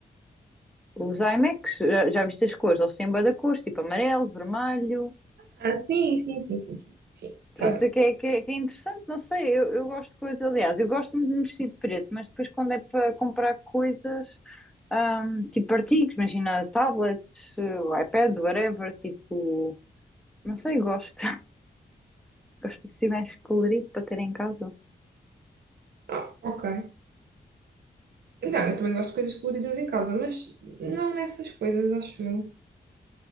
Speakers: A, in the centre; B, on the right.
A: Os iMacs, já, já viste as cores? Eles têm bué da cores, tipo, amarelo, vermelho.
B: Ah, sim, sim, sim, sim, sim. Sim, sorry.
A: Estou a dizer que é, que é, que é interessante, não sei, eu, eu gosto de coisas, aliás, eu gosto muito de me vestir de preto, mas depois quando é para comprar coisas, ahm, tipo artigos, imagina tablets, eh, iPad, whatever, tipo, não sei, gosto, <laughs> gosto assim mais colorido para ter em casa.
B: Ah, ok. Não, eu também gosto de coisas coloridas em casa, mas não nessas coisas, acho eu.